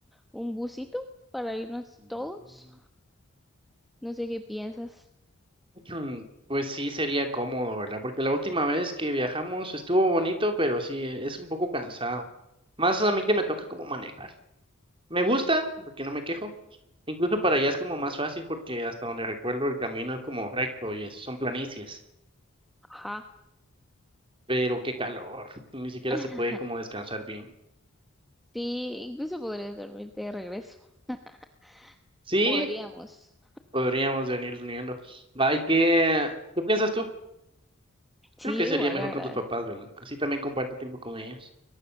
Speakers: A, in the centre; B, on the right.
A: un busito para irnos
B: Mm,
A: todos. No sé qué piensas.
B: Mm, Pues sí, sería cómodo, ¿verdad? Porque la última vez que viajamos estuvo bonito, pero sí, e- es un poco cansado. Más a mí que me toca como manejar. Me gusta, porque no me quejo. Incluso para allá es como más fácil porque hasta donde recuerdo el camino es como recto y es- son planicies.
A: Ajá.
B: Pero qué calor, ni siquiera
A: <laughs>
B: se puede como descansar bien.
A: Sí, incluso podrías dormirte de regreso. <laughs>
B: Sí,
A: Podríamos.
B: podríamos venir uniendo. Va, ¿y qué, qué piensas tú?
A: Sí,
B: Creo que sería
A: igual,
B: mejor
A: la verdad.
B: con tus papás, ¿verdad? Así también comparto tiempo con ellos.